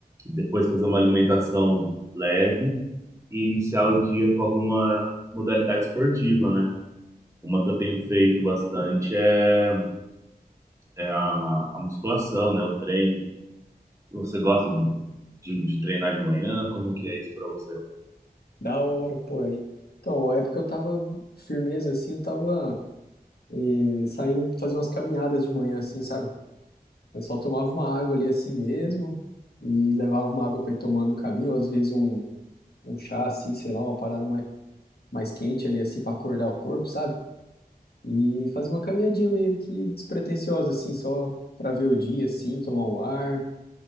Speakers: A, on the right; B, on the left.
A: depois fazer uma alimentação leve e iniciar o dia com alguma modalidade esportiva, né? Uma que eu tenho feito bastante é, é a, a musculação, né? O treino. Você gosta de, de treinar de manhã? Como que é isso para você?
B: Da hora, pô. é. Então, a época eu tava firmeza assim, eu tava eh, saindo fazer umas caminhadas de manhã assim, sabe? Eu só tomava uma água ali assim mesmo e levava uma água pra ir tomando no caminho, ou às vezes um, um chá assim, sei lá, uma parada mais, mais quente ali assim pra acordar o corpo, sabe? E fazia uma caminhadinha meio que despretensiosa assim, só pra ver o dia assim, tomar um ar.